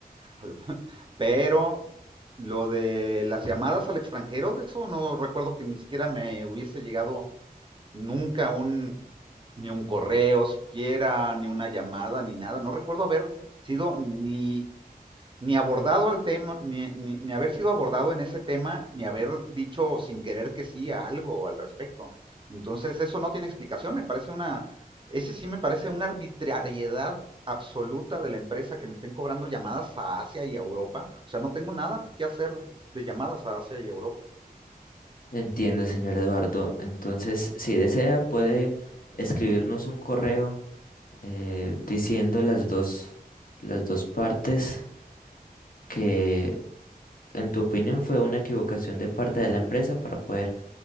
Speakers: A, on the right; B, on the left.
A: <laughs> Pero lo de las llamadas al extranjero, de eso no recuerdo que ni siquiera me hubiese llegado nunca un, ni un correo siquiera, ni una llamada, ni nada. No recuerdo haber sido ni, ni abordado al tema, ni, ni, ni haber sido abordado en ese tema, ni haber dicho sin querer que sí a algo al respecto. Entonces eso no tiene explicación, me parece una, ese sí me parece una arbitrariedad absoluta de la empresa que me estén cobrando llamadas a Asia y a Europa. O sea, no tengo nada que hacer de llamadas a Asia y Europa.
B: Entiendo, señor Eduardo. Entonces, si desea, puede escribirnos un correo eh, diciendo las dos, las dos partes que, en tu opinión, fue una equivocación de parte de la empresa para poder